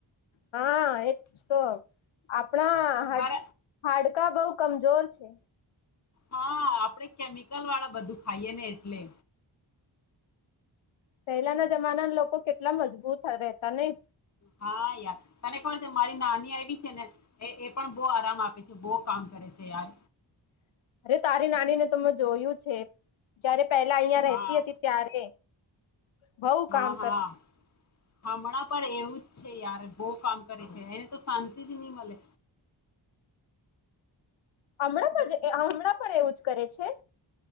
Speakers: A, on the left; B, on the left.
A: હા એજ તો આપણા હા
B: બર
A: હાડ કકા બઉ કમજોર છે
B: હા આપણેે કેમિકલ વાળા બધું ખાઈએ ને એટલે
A: પહેલાના જમાના લોકો કેટલા મજબૂત રહેતા ને
B: હા યાર તને ખબર છે મારી નાની આઈવી છે ને એ પણ બો આરામ આપે છે બહ કામ કરે છે યાર
A: હ અરે તારી નાની ને તો મે જોયું છે જયારે પેલા અહિયાં રહેતી
B: હા
A: હતી ત્યારે બઉ
B: હા
A: કામ
B: હા
A: કર
B: હમણાં પણ એવું છે યાર બોહ કામ કરે છે એને તો શાંતિ જ નહી મળે
A: હમણાં પણ હમણાં પણ એવું જ કરે છે